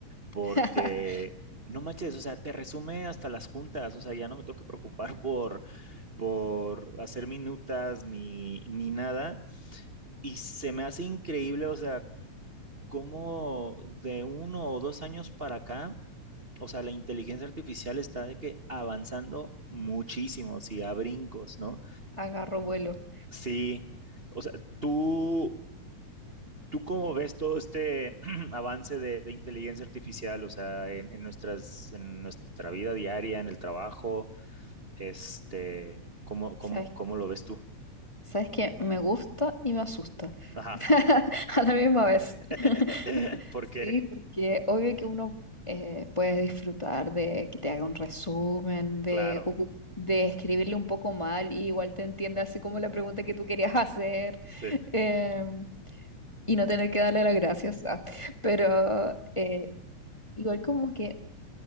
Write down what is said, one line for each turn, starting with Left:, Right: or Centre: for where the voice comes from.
Right: porque
Left: <laughs>
Right: no manches, o sea, te resume hasta las juntas, o sea, ya no me tengo que preocupar <laughs> por, por hacer minutas ni, ni nada. Y se me hace increíble, o sea, cómo de uno o dos años para acá o sea, la inteligencia artificial está de que avanzando muchísimo, sí, a brincos, ¿no?
Left: Agarro vuelo.
Right: Sí, o sea, tú, ¿tú cómo ves todo este <clears throat> avance de, de inteligencia artificial, o sea, en, en nuestras, en nuestra vida diaria, en el trabajo, este, ¿cómo, cómo,
Left: ¿Sabes,
Right: cómo lo ves tú?
Left: sabes qué? Me gusta y me asusta.
Right: Ajá,
Left: <laughs> A la misma vez.
Right: <laughs>
Left: <laughs>
Right: porque,
Left: Sí, porque obvio que uno eh, puede disfrutar de que te haga un resumen, de,
Right: claro,
Left: ocu- de escribirle un poco mal y igual te entiende así como la pregunta que tú querías hacer
Right: sí,
Left: em, y no tener que darle las gracias. ah. Pero eh, Igual como que